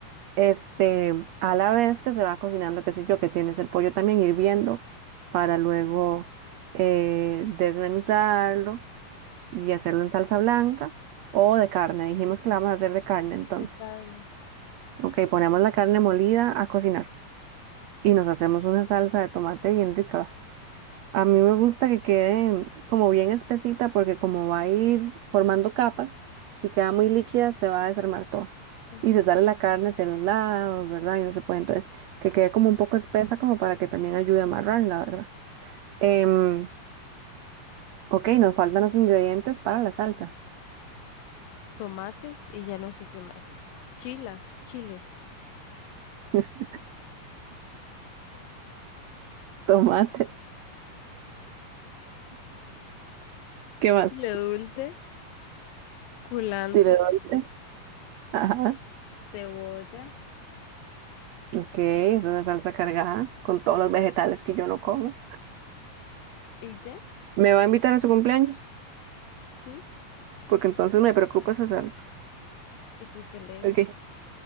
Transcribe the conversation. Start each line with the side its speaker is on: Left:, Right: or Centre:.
Right: Este, a la vez que se va cocinando, qué sé yo, que tienes el pollo también hirviendo para luego eh, desmenuzarlo y hacerlo en salsa blanca o de carne. Dijimos que la vamos a hacer de carne entonces.
Left: De carne.
Right: Ok, ponemos la carne molida a cocinar y nos hacemos una salsa de tomate bien rica. A mí me gusta que quede como bien espesita porque como va a ir formando capas, si queda muy líquida se va a desarmar todo.
Left: ujú.
Right: Y se sale la carne hacia los lados, ¿verdad? Y no se puede. Entonces, que quede como un poco espesa como para que también ayude a amarrar, la ¿verdad? Em, ok, nos faltan los ingredientes para la salsa.
Left: Tomates y ya no sé qué más. Chila, chile.
Right: <laughs> Tomates. ¿Qué más?
Left: le dulce, culantro,
Right: Chile dulce. Ajá.
Left: cebolla
Right: Ok, es una salsa cargada con todos los vegetales que yo no como.
Left: y ya,
Right: ¿Me va a invitar a su cumpleaños?
Left: sí,
Right: Porque entonces me preocupa esa salsa.
Left: eso que le echa.
Right: Ok.